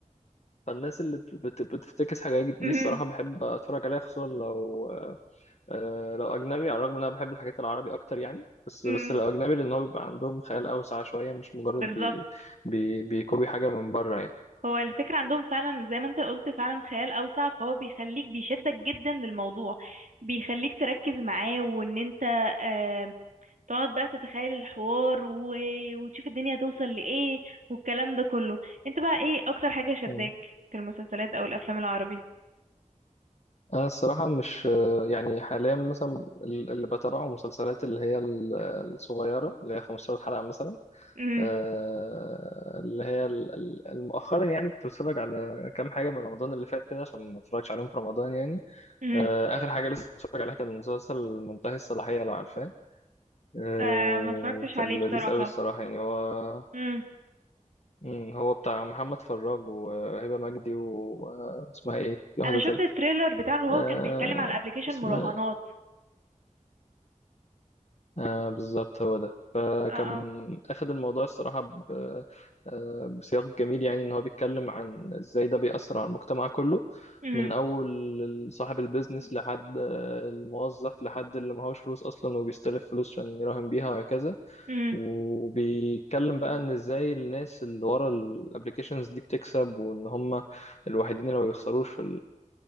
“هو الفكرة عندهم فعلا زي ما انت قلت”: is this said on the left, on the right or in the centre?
Right